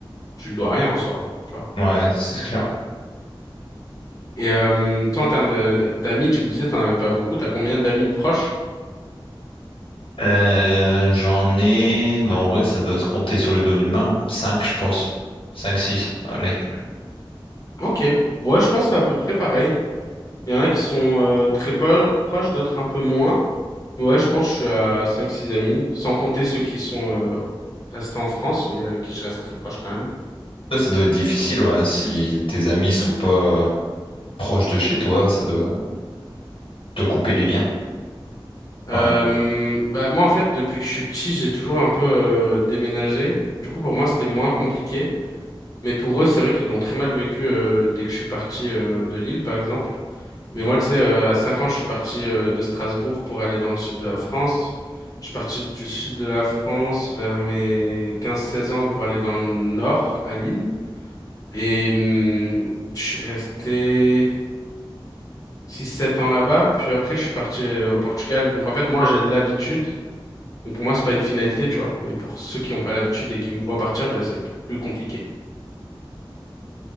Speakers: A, on the left (about 40°); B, on the left (about 75°).
A: tu le dois rien en soi, tu vois.
B: Ouais, c'est clair.
A: Et euh, toi, en termes de- de- d'amis, tu me disais, t'en avais pas beaucoup. T'as combien d'amis proches?
B: Euh, j'en ai, bah, en vrai, ça doit se compter sur le dos d'une main. hein. cinq je pense. cinq six Allez.
A: Ok. Ouais, je pense que c'est à peu près pareil. Il y en a qui sont euh, très po- proches, d'autres un peu moins. Ouais, je pense que je suis à cinq six amis, sans compter ceux qui sont euh, restés en France, mais avec qui je reste très proche quand même.
B: Ça, ça doit être difficile, ouais, si tes amis sont pas proche de chez toi, ça doit te couper les liens
A: Euh,
B: quand même.
A: bah, moi, en fait, depuis que je suis petit, j'ai toujours un peu euh, déménagé. Du coup, pour moi, c'était moins compliqué. Mais pour eux, c'est vrai qu'ils l'ont très mal vécu euh, dès que je suis parti euh, de Lille, par exemple. Mais moi, tu sais, euh, à 5 ans, je suis parti euh, de Strasbourg pour aller dans le sud de la France. Je suis parti du sud de la France vers mes quinze seize ans pour aller dans le nord, à Lille. Et hum, je suis resté six sept ans là-bas. Puis après, je suis parti euh, au Portugal. Donc en fait, moi, j'ai l'habitude. Donc pour moi, c'est pas une finalité, tu vois. Mais pour ceux qui n'ont pas l'habitude et qui me voient partir, ben, c'est plus compliqué.